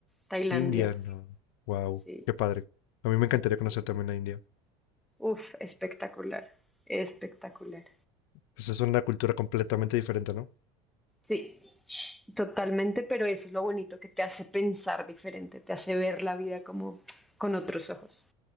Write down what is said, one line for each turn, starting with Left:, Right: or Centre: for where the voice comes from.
Centre: Tailandia.
Left: India, no. Wow,
Centre: Sí,
Left: qué padre. A mí me encantaría conocer
Centre: sí.
Left: también la India.
Centre: Uf, espectacular, espectacular.
Left: Pues es una cultura completamente diferente, ¿no?
Centre: Sí, totalmente, pero eso es lo bonito que te hace pensar diferente, te hace ver la vida como con otros ojos.